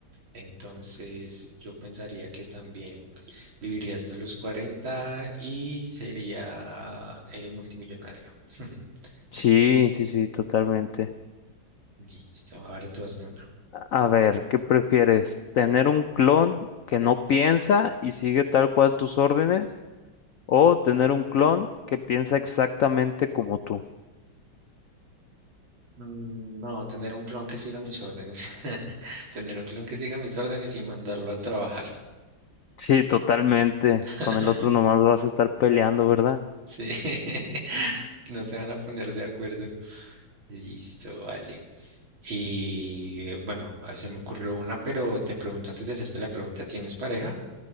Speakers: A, on the right; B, on the left.
A: Entonces, yo pensaría que también viviría hasta los 40 y sería eh, multimillonario. <laughs>
B: Sí, sí, sí, totalmente.
A: Listo, ahora tú hazme una.
B: A ver, ¿qué prefieres? ¿Tener un clon que no piensa y sigue tal cual tus órdenes? ¿O tener un clon que piensa exactamente como tú?
A: Mm, No, tener un clon que siga mis órdenes. <laughs> Tener un clon que siga mis órdenes y mandarlo a trabajar.
B: Sí, totalmente.
A: <laughs>
B: Con el otro nomás vas a estar peleando, ¿verdad?
A: Sí, <laughs> no se van a poner de acuerdo. Listo, vale. Y bueno, ah, se me ocurrió una, pero te pregunto antes de hacerte la pregunta, ¿tienes pareja?